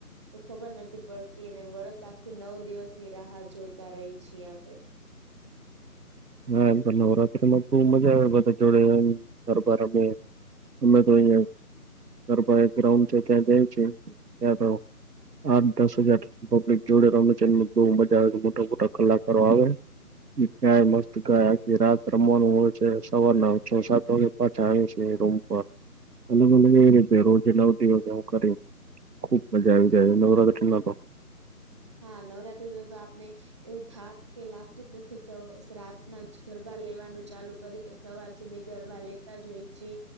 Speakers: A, on the right (about 20°); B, on the right (about 80°).
A: તો ખબર નથી પડતી અને વર્ષ આખું નવ દિવસની રાહ જોતા રહી છીએ આપે.
B: હા એમ નવરાત્રીમાં બહુ મજા આવે બધા જોડે ગરબા રમીએ. અમે તો અહિયાં ગરબા ગ્રાઉન્ડ છે ત્યાં જઈ છીએ ત્યા તો. આઠ દસ હજાર પબ્લિક જોડે રમે છે એ બહુ મજા આવે મોટા મોટા કલાકારો આવે. ગાય મસ્ત ગાય આખી રાત રમવાનું હોય છે સવારના છ સાત વાગે પાછા આવે છીએ રૂમ પર અલગ અલગ એવી રીતે રોજ અલાઉ દિવસ એવું કરી ખુબ મજા આવી જાય નવરાત્રિમાં તો
A: હા નવરાત્રી નો તો આપને એવું થાક કે લાગતું જ નથી સવા શ્રાતના જ ગરબા લેવાનું ચાલુ કરી તો સવાર સુધી ગરબા લેતા જ હોય છી.